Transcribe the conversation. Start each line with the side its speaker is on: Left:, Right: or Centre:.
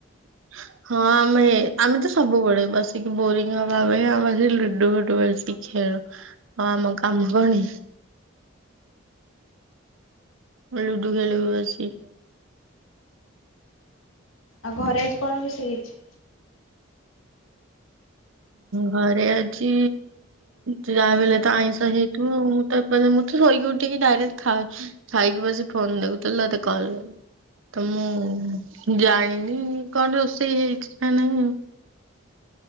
Right: <inaudible> ହଁ ଆମେ ଆମେ ତ ସବୁବେଳେ ବସିକି ବୋରିଙ୍ଗ ହବା ପାଇଁ ଆମେ ସେ ଲୁଡୁ ଫୁଡୁ ବସିକି ଖେଳୁ। ଆଉ କାମ କଣ କି? ଲୁଡୁ ଖେଳିବୁ ବସିକି।
Left: ଆଉ ଘରେ ଆଜି କଣ ରୋଷେଇ ହେଇଛି?
Right: ଘରେ ଆଜି ଯାହାବି ହେଲେତ ଆଇଁଷ ହେଇ ତୁ ମୁଁ ତ ମୁଁ ତ ଶୋଇକି ଉଠିକି ଡାଇରେକ୍ଟ ଖାଉ ଖାଇକି ବସି ଫୋନ ଦେଖୁଥିଲି ତ ତତେ କଲ କଲି। ତ ମୁଁ ଜାଣିନି କଣ ରୋଷେଇ ହେଇଛି ନା ନାଇଁ।